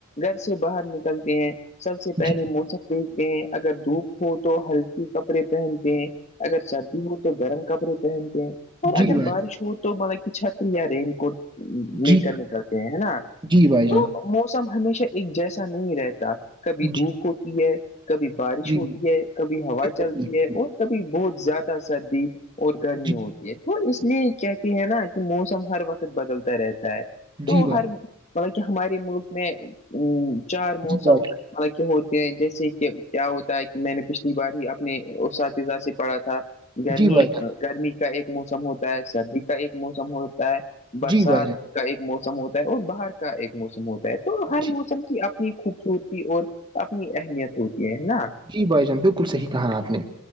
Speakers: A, on the left; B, on the right.
A: گھر سے باہر نکلتے ہیں سب سے
B: جان
A: پہلے موسم دیکھتے ہیں اگر دھوپ ہو تو ہلکی کپڑے پہنتے ہیں اگر سردی ہو تو گرم کپڑے پہنتے ہیں اور
B: جی
A: اگر
B: بھائی جی جی بھائی
A: بارش تو بط چتری یا رین کوٹ لے
B: جی
A: کر نکلتے ہیں نا
B: جی بھائی جان
A: تو موسم ہمیشہ ایک جیسا نہیں رہتا کبھی
B: جی
A: دھوپ ہوتی ہے کبھی بارش
B: جی
A: ہوتی ہے کبھی ہوا
B: بالکل
A: چلتی
B: بالکل۔
A: ہے اور کبھی بہت زیادہ سردی اور گرمی
B: جی
A: ہوتی ہے وہ اس لیے کہتی ہے نا کہ موسم ہر وقت بدلتا رہتا ہے تو
B: جی بھائی
A: ہر ملب کہ ہمارے ملک میں چار موسم
B: جی بھائی
A: حک ہوتے ہیں جیسے کہ کیا ہوتا ہے کہ میں نے پچھلی بار ہی اپنے اساتذہ سے پڑھا تھا گرمی
B: جی بھائی جان
A: گرمی کا ایک موسم ہوتا ہے سردی کا ایک موسم ہوتا ہے برسات
B: جی بھائی جان
A: کا ایک موسم ہوتا ہے اور باہر کا ایک موسم ہوتا ہے تو ہر
B: جی
A: موسم کی اپنی خوب ہوتی اور اپنی اہمیت ہوتی ہے ہے نا
B: جی بھائی جان بالکل صحیح کہا آپ نے